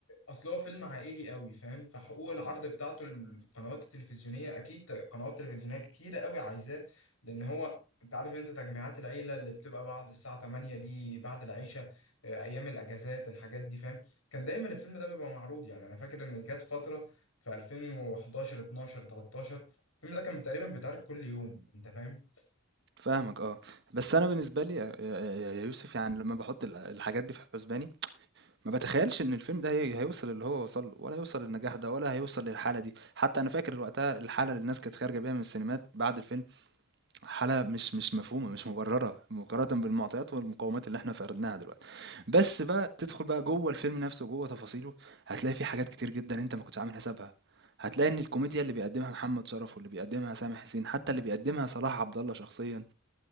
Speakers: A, on the left (about 85°); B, on the right (about 55°).
A: اصل هو فيلم عائلي قوي فاهم فحقوق العرض بتاعته للقنوات التلفزيونيه اكيد قنوات تلفزيونيه كتيره قوي عايزاه لان هو انت عارف انت تجميعات العيله اللي بتبقى بعد الساعه 8 دي بعد العشاء آه، ايام الاجازات الحاجات دي فاهم كان دايما الفيلم ده بيبقى معروض يعني انا فاكر ان جت فتره في 2011 12 13 الفيلم ده كان تقريبا بيتعرض كل يوم انت فاهم
B: فاهمك آه. بس أنا بالنسبة لي يا يا يا يوسف يعني لمّا باحط ال الحاجات دي في حُسباني، ما باتخيّلش إن الفيلم ده هي هيوصل للي هو وصل له ولا هيوصل للنجاح ده ولا هيوصل للحالة دي. حتّى أنا فاكر وقتها الحالة اللي الناس كانت خارجة بيها من السينمات بعد الفيلم، حالة مش مش مفهومة، مش مُبرّرة مقارنة بالمعطيات والمقومات اللي إحنا فقدناها دلوقتي. بس بقى تدخُل بقى جوّه الفيلم نفسه وجوّه تفاصيله، هتلاقي في حاجات كتير جدًا أنت ما كنتش عامل حسابها. هتلاقي إن الكوميديا اللي بيقدّمها محمد شرف واللي بيقدّمها سامح حسين، حتّى اللي بيقدّمها صلاح عبد الله شخصيًا،